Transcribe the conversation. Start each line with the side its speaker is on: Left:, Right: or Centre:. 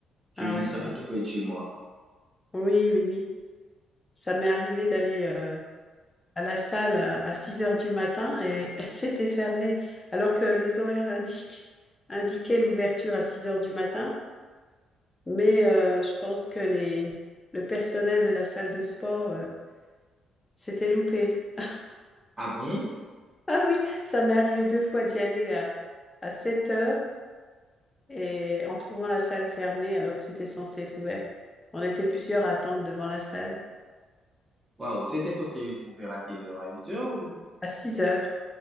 Right: j'ai
Left: Ah
Right: une
Left: ouais,
Right: salle
Left: c'est,
Right: tout près de chez moi.
Left: oui, oui, oui. Ça m'est arrivé d'aller, euh, à la salle à à 6 heures du matin et <laughs> c'était fermé, alors que les horaires indiquent, indiquaient l'ouverture à 6 heures du matin. Mais euh, je pense que les, le personnel de la salle de sport euh, s'était loupé. <laughs>
Right: Ah bon?
Left: Ah oui, ça m'est arrivé deux fois d'y aller à, à 7 heures et en trouvant la salle fermée alors que c'était censé être ouvert. On était plusieurs à attendre devant la salle
Right: Waouh, c'était censé être ouvert à quelle heure? À huit heures ou
Left: à 6 heures.